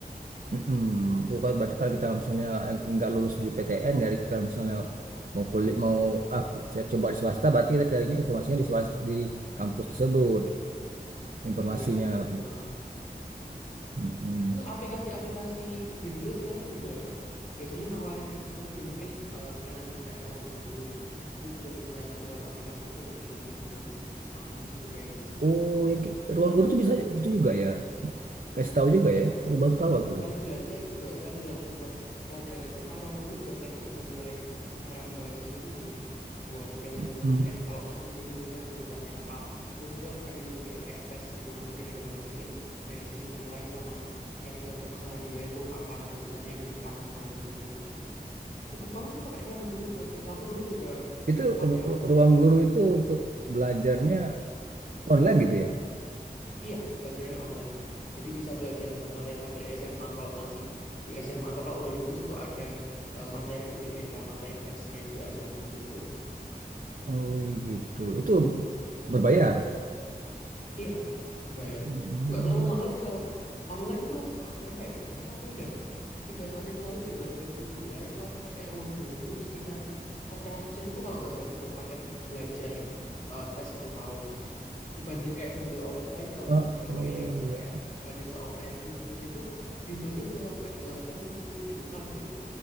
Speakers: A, on the right; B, on the left.
A: Mm-mm. Oh, kan Berarti kalau kita misalnya nggak lulus di PTN, dari kalau misalnya mau kulit mau aku coba di swasta, berarti kita carinya informasinya di swasta, di kampus tersebut, informasinya.
B: iya bener banget
A: Mm-mm.
B: Terus Aplikasi-aplikasi bimbel sekarang juga biasanya nawarin kayak gituan sih. Mungkin eh, pernah dengar kayak Ruang Guru. Itu juga bisa lewat aplikasi itu banyak info-info kampus juga yang di-share.
A: Oh, yang kayak ruang guru itu bisa itu juga ya? Kasih tahu juga
B: Iya,
A: ya? Oh, baru tahu aku.
B: selain belajar juga, selain belajar buat pelajaran SMA, Ruang Guru juga sekarang udah mulai merambah ke situ sih. Buat yang
A: Mm-mm.
B: udah lulus kayak kalau masih bingung misal jurusannya apa, tuh di situ ada yang nyediain kayak tes gitu. Nanti direkomendasiin dari sisi nilai sama yang cocok sama dia itu apa jurusannya dan di kampus mana gitu. Cukup banget sih pakai ruang guru buat itu. Aku dulu juga
A: Itu
B: pakai
A: eh,
B: ruang guru
A: ruang
B: buat,
A: guru itu untuk belajarnya online gitu ya?
B: iya, belajarnya online. Jadi bisa belajar buat materi-materi SMA kalau masih di SMA atau kalau udah lulus itu ada eh, materi UTBK, materi tesnya yang diajarin di situ.
A: Oh, gitu. Itu berbayar.
B: Iya, berbayar.
A: mm
B: Nggak terlalu mahal sih kalau online itu eh, berapa ya? Tapi aku udah tiga tahun yang lalu sih dua dua ribu dua puluh dua itu aku pakai ruang guru sekitar empat ratus ribu kalau nggak salah itu buat paket belajar eh, tes satu tahun. dibanding kayak bimbel offline kalau
A: Oh,
B: di Jawa
A: oh
B: ini ya
A: iya.
B: kayak Ganesha Operation gitu-gitu bimbelnya bisa sampai 8 sampai 10 juta sih